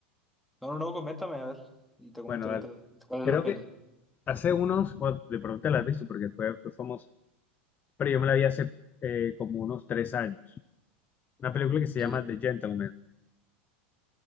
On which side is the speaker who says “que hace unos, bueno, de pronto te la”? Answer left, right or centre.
Left